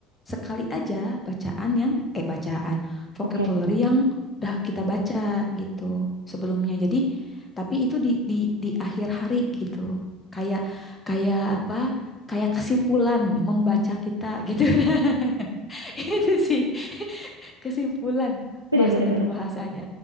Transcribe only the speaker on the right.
vocab.
Benar-benar
benar. benar,
benar.
benar.